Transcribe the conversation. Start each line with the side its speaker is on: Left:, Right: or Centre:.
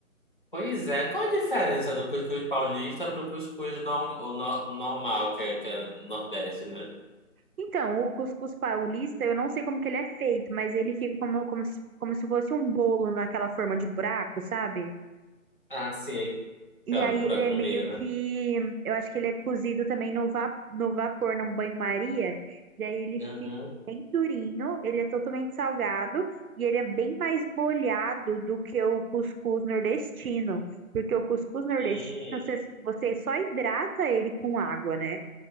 Left: Pois é, qual a diferença do cuscuz paulista pro cuscuz norm, o no- normal, que é, que é Nordeste, né?
Right: Então, o cuscuz paulista, eu não sei como que ele é feito, mas ele fica como, como, se, como se fosse um bolo naquela forma de buraco, sabe?
Left: Ah, sim.
Right: E
Left: Então,
Right: aí
Left: um buraco
Right: ele é
Left: no
Right: meio
Left: meio, né?
Right: que, eu acho que ele é cozido também no, va no vapor, num banho-maria, e aí ele fica
Left: Uhum.
Right: bem durinho, ele é totalmente salgado, e ele é bem mais molhado do que o cuscuz nordestino, porque o cuscuz nordestino,
Left: hum,
Right: você, você só hidrata ele com água, né?